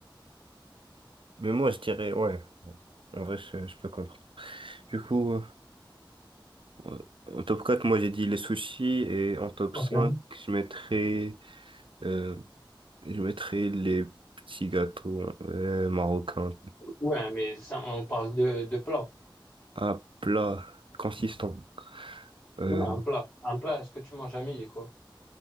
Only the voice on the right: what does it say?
Mais moi, je dirais, ouais. En vrai, je, je peux comprendre. Du coup, euh, en top 4 moi, j'ai dit les sushis. Et en top
5 je mettrais, euh, je mettrais les petits gâteaux euh, marocains.
Un plat consistant. Euh,